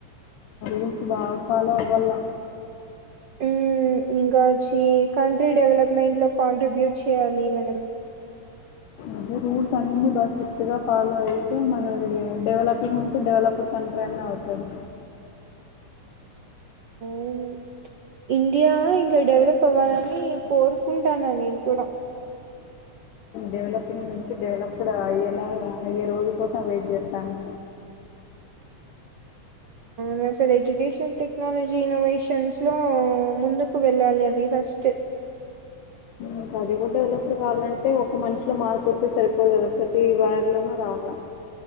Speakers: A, on the left; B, on the right.
A: కొంచ బాగా ఫాలో అవ్వాల
B: ఉమ్ ఇంకా వచ్చి కంట్రీ డెవలప్మెంట్ లో కాంట్రిబ్యూట్ చేయాలి మనం
A: అదే రూల్స్ అన్ని బాగా స్ట్రిక్ట్ గా ఫాలో అయితే మనం డెవలప్ నుంచి డవలప్డ్ కంట్రీ అన్న అవుతది
B: ఉమ్ ఇండియా ఇంకా డెవలప్ అవ్వాలని కోరుకుంటాన్న నేను కూడా
A: డెవలపింగ్ నుంచి డెవలప్డ్ అయ్యేలా అయ్యే రోజు కోసం వెయిట్ చేస్తాను
B: నా అసలు ఎడ్యుకేషన్ టెక్నాలజీ ఇన్నోవేషన్స్ లో ముందుకు వెళ్ళాలి అవి ఫస్ట్
A: ఇంకా అది కూడా డెవలప్డ్ కావాలంటే ఒక మనిషిలో మార్పు వస్తే సరిపోదు కదా ప్రతి వారిలోనూ రావాల.